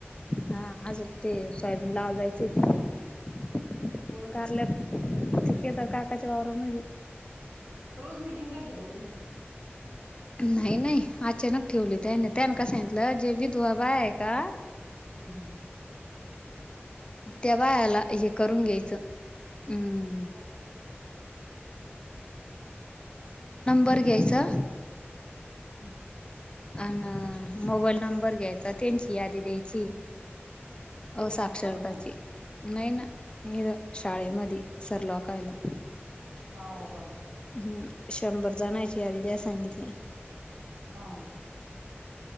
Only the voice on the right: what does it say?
कुठं
रोज मिटिंग राहते कां तुमची?
हूं हूं!
का?
हम्म.
कुठं
वर का
हा हो का.
हा.